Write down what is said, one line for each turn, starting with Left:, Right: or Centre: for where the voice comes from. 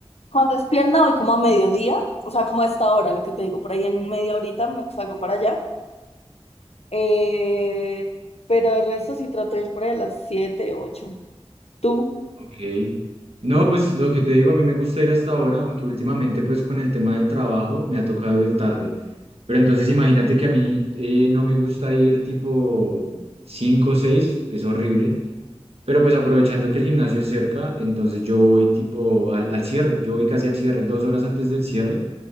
Left: cuando es pierna voy como a mediodía, o sea, como a esta hora, lo que te digo, por ahí en media horita me- salgo para allá. Eh, pero el resto sí trato de ir por ahí a las 7, ocho ¿Tú?
Right: Ok. No, pues lo que te digo, a mí me gusta ir hasta ahora, aunque últimamente pues con el tema del trabajo me ha tocado ir tarde. Pero entonces imagínate que a mí eh, no me gusta ir tipo 5 o 6, es horrible. Pero pues aprovechando que el gimnasio es cerca, entonces yo voy tipo al, al cierre, yo voy casi al cierre, dos horas antes del cierre,